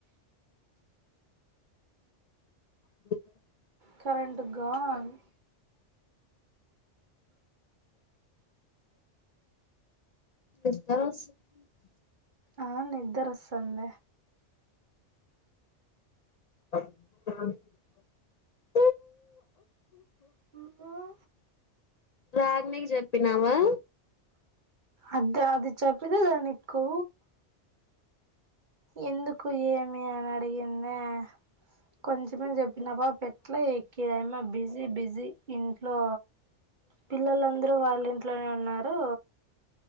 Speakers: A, on the left (about 55°); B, on the right (about 45°).
A: <unintelligible>
B: కరంట్ గన్
A: <unintelligible>
B: ఆ నిద్దర వస్తుంద
A: <unintelligible>
B: అలో
A: రాగిణికి చెప్పినావా
B: అది అది చప్పతేదాని కు ఎందుకు ఏమి అని అడిగిందా కొంచమే చెప్పినప్ప పెట్లా <unintelligible> బిజీ బిజీ ఇంట్లో పిల్లలుందరూ వాళ్ళ ఇంట్లోనే ఉన్నారు